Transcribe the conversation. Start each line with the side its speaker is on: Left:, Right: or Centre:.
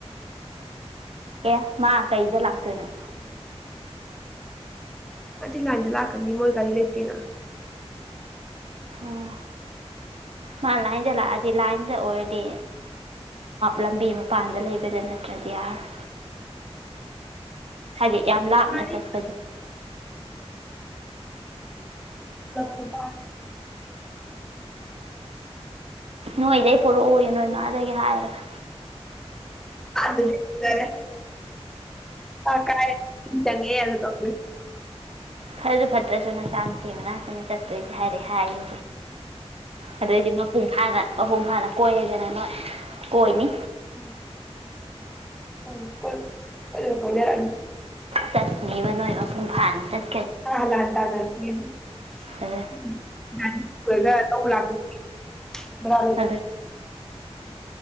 Right: ꯑꯦ ꯃꯥ ꯀꯩꯗ ꯂꯥꯛꯇꯣꯏꯅꯣ
Centre: ꯑꯗꯨ ꯂꯥꯏꯟꯗꯣ ꯂꯥꯛꯀꯅꯤ ꯃꯣꯏ ꯒꯥꯔꯤ ꯂꯩꯇꯦꯅ
Right: ꯑꯣ ꯃꯥ ꯂꯥꯏꯟꯗ ꯂꯥꯛꯑꯗꯤ ꯂꯥꯏꯟꯗ ꯑꯣꯏꯔꯗꯤ ꯂꯝꯕꯤ ꯃꯄꯥꯟꯗ ꯂꯩꯕꯗ ꯅꯠꯇ꯭ꯔꯗꯤ ꯌꯥꯔꯣꯏ ꯍꯥꯏꯗꯤ ꯌꯥꯝ ꯂꯥꯞꯅ
Centre: ꯒꯥꯔꯤ
Right: ꯆꯠꯄꯁꯦ
Centre: ꯑꯣ
Right: ꯅꯣꯏꯗꯩ ꯄꯨꯔꯛꯎ ꯅꯣꯏ ꯃꯥꯗꯒꯤ ꯍꯥꯏꯔꯒ
Centre: ꯗꯤꯔꯦ ꯀꯥꯏ ꯆꯪꯉꯦ ꯑꯗꯨ ꯇꯧ
Right: ꯐꯁꯨ ꯐꯠꯇ꯭ꯔꯁꯨ ꯅ ꯁꯥꯟꯇꯤ ꯑꯃꯅꯥꯛꯇꯅꯤ ꯆꯠꯇꯣꯏꯁꯦ ꯍꯥꯏꯔꯦ ꯍꯥꯏꯌꯨ ꯑꯗꯨꯏꯗꯤ ꯃꯄꯨꯡ ꯐꯥꯒ ꯑꯍꯨꯝ ꯍꯥꯟꯅ ꯀꯣꯏꯔꯦꯗꯅ ꯅꯣꯏ ꯀꯣꯏꯅꯤ
Centre: ꯎꯝ ꯣꯏꯣꯏ ꯀꯣꯏꯗꯅ ꯀꯣꯏꯅꯦꯔꯅꯤ
Right: ꯆꯠꯂꯤꯕ ꯅꯣꯏ ꯃꯄꯨꯡ ꯐꯥꯅ ꯆꯠ
Centre: ꯑ ꯑꯂ ꯇꯒꯅꯤ ꯎꯝ
Right: ꯑꯗꯨ
Centre: ꯃꯥ ꯂꯧ ꯂꯥꯛꯇ ꯃ
Right: ꯑꯗꯨ